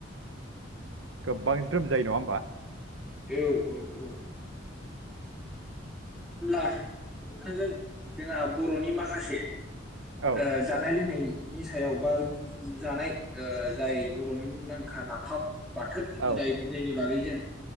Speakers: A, on the right (about 85°); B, in the centre.
A: गोबां ज्रोम जायो नंङा होमबा?
B: औ औ औ। होनब्ला नोंथांजों जोंना बरनि माखासे
A: औ
B: ओ जानाय लोंनाय नि सायाव बा जानाय ओ जाय बरनि मुंदांखा नाफाम बाथोन
A: औ
B: जाय जायनि बागै जों